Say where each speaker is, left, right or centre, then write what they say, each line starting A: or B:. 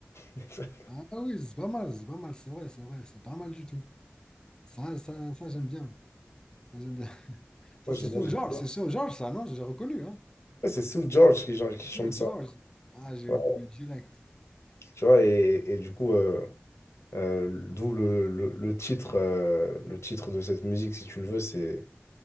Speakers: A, on the left (about 85°); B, on the left (about 20°).
A: <laughs>
B: Ah oui, c'est pas mal, c'est pas mal, c'est vrai, c'est vrai, c'est pas mal du tout. Ça, ça, ça, j'aime bien. Ça, j'aime bien. <laughs> Ça,
A: Moi,
B: c'est
A: j'ai-
B: sur
A: moi, j'aime
B: George,
A: bien.
B: c'est sur George, ça, non? J'ai reconnu, hein?
A: Ouais, C'est Sue George qui, genre, qui
B: Sur
A: chante ça.
B: George. Ah, j'ai
A: Ouais.
B: reconnu direct.
A: Tu vois, et, et du coup, euh, euh, d'où le, le, le titre, euh, le titre de cette musique, si tu le veux, c'est